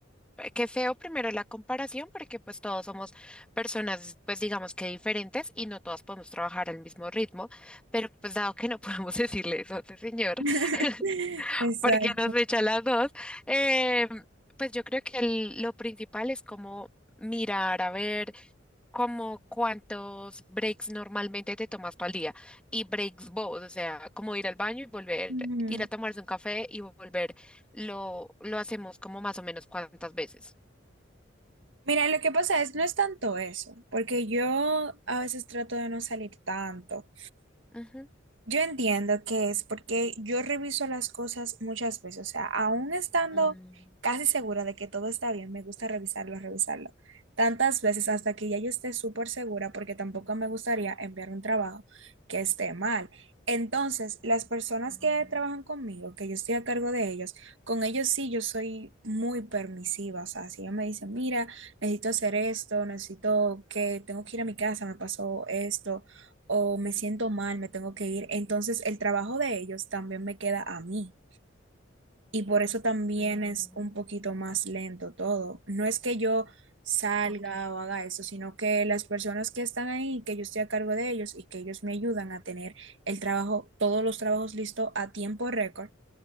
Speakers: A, in the centre; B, on the right (about 70°).
A: eh, qué feo primero la comparación, porque pues todos somos personas, pues digamos que diferentes y no todas podemos trabajar al mismo ritmo, pero pues dado que no <laughs> podemos decirle eso a ese señor,
B: <laughs>
A: <laughs>
B: Exacto.
A: porque nos echa las dos, eh, pues yo creo que el- lo principal es como mirar, a ver. como cuántos breaks normalmente te tomas tú al día y breaks vos, o sea, como ir al baño y volver,
B: Ujú.
A: ir a tomarse un café y volver, lo, lo hacemos como más o menos cuántas veces.
B: Mira, lo que pasa es, no es tanto eso, porque yo a veces trato de no salir tanto.
A: Ujú.
B: Yo entiendo que es porque yo reviso las cosas muchas veces, o sea, aún estando
A: Mm,
B: casi segura de que todo está bien, me gusta revisarlo, revisarlo tantas veces hasta que ya yo esté súper segura porque tampoco me gustaría enviar un trabajo que esté mal. Entonces, las personas
A: mm,
B: que trabajan conmigo, que yo estoy a cargo de ellos, con ellos sí yo soy muy permisiva, o sea, si ellos me dicen, mira, necesito hacer esto, necesito que tengo que ir a mi casa, me pasó esto o me siento mal, me tengo que ir. Entonces el trabajo de ellos también me queda a mí y por eso también
A: mm,
B: es un poquito más lento todo. No es que yo salga
A: ok.
B: o haga eso, sino que las personas que están ahí, que yo estoy a cargo de ellos y que ellos me ayudan a tener el trabajo, todos los trabajos listos a tiempo récord,